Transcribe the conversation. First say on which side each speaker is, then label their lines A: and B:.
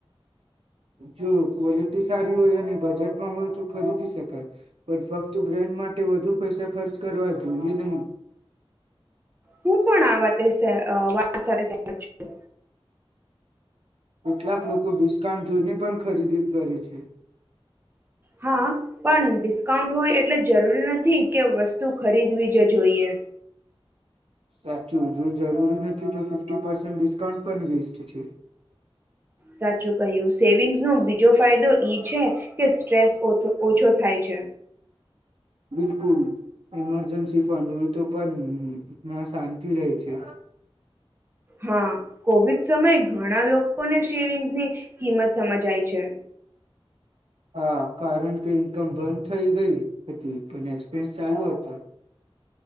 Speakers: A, on the right; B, on the right.
A: જો ક્વોલિટી સારી હોય અને બજેટમાં હોય તો ખરીદી શકાય, પણ ફક્ત બ્રેન્ડ માટે વધુ પૈસા ખર્ચ કરવા જોઈએ નહી.
B: હું પણ આ વાતે સહ, વાત સાથે સહમત છું.
A: કેટલાક લોકો ડિસ્કાઉન્ટ જોઈને પણ ખરીદી કરે છે.
B: હા, પણ ડિસ્કાઉન્ટ હોય એટલે જરૂરી નથી, કે વસ્તુ ખરીદવી જ જોઈએ.
A: સાચું. જો જરૂરી નથી, તો ફિફ્ટી પર્સેન્ટ ડિસ્કાઉન્ટ પણ વેસ્ટ છે!
B: સાચું કહ્યું, સેવિંગ્સનો બીજો ફાયદો ઈ છે, કે સ્ટ્રેસ ઓછ, ઓછો થાય છે.
A: બિલકુલ ઈમરજન્સી ફંડ હોય, તો પણ મ શાંતિ રહે છે.
B: હા, કોવિડ સમયે ઘણા લોકોને શેવિંગ્સ ની કિંમત સમજાય છે!
A: હા, કારણ કે ઇન્કમ બંધ થઈ ગઈ હતી, પણ એક્સપેન્સ ચાલુ હતા.